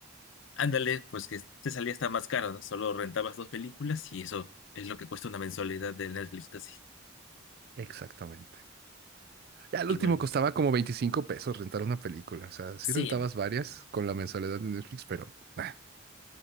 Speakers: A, on the left (about 65°); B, on the right (about 50°).
A: Ándale, pues que te salía hasta más caro, ¿no? Solo rentabas dos películas y eso es lo que cuesta una mensualidad de Netflix, así.
B: Exactamente. Ya el
A: Y
B: último
A: bueno,
B: costaba como 25 pesos rentar una película. O sea, sí
A: sí,
B: rentabas varias con la mensualidad de Netflix, pero... ah.